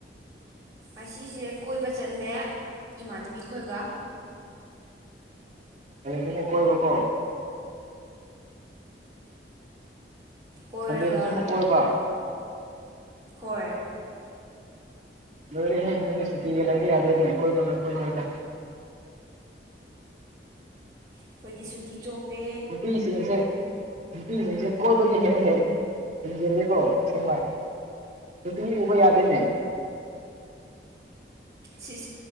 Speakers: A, on the right (about 20°); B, on the right (about 40°).
A: ꯑꯁꯤꯁꯦ ꯀꯣꯏꯕ ꯆꯠꯂꯦ ꯏꯃꯥꯟꯅꯕꯤ ꯈꯣꯏꯒ
B: ꯍꯌꯦꯡ ꯊꯨꯝꯃ ꯀꯣꯏꯕ ꯀꯣ
A: ꯀꯣꯏꯔꯒ
B: ꯁꯟꯗꯦꯗ ꯁꯨ ꯃꯨꯛ ꯀꯣꯏꯕ
A: ꯍꯣꯏ
B: ꯂꯣꯏꯔꯦ ꯍꯦ ꯅꯣꯏ ꯁꯤꯇꯤꯗ ꯂꯩꯕ ꯌꯥꯗꯦꯅꯦ ꯀꯣꯏꯕꯥ ꯆꯠꯄꯥ ꯃꯔꯛꯇꯥ
A: ꯑꯩꯈꯣꯏꯗꯤ ꯁꯨꯇꯤ ꯆꯣꯞꯄꯦ
B: ꯃꯤ ꯁꯤꯡꯁꯦ ꯅꯨꯄꯤꯁꯤꯡꯁꯦ ꯀꯣꯏꯕꯗꯤ ꯍꯦꯟꯅ ꯍꯦꯛ ꯍꯦꯟꯖꯤꯜꯂꯤꯀꯣ ꯁꯦꯡꯕ ꯅꯨꯄꯤ ꯎꯕ ꯌꯥꯗꯅꯦ
A: ꯁꯤꯁ